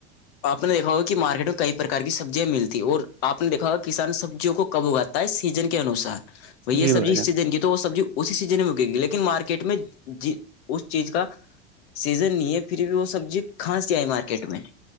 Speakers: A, on the left; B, on the right.
A: آپ نے دیکا ہوگا کہ مارکیٹ میں کئی پرکار کی سبزیاں ملتی اور آپ نے دیکا ہوگا کسان سبزیوں کو کب اگاتا سیزن کے انوسار ب یہ
B: جی بھائی
A: سبزی اس
B: جان
A: سیزن کی تو وہ سبزی اسی سیزن میں اکے گی لیکن مارکیٹ کٹ میں ج اس چیز کا سیزن نہیں ہے پھر بھی وہ سبزی کھانسی کے آئی مارکیٹ میں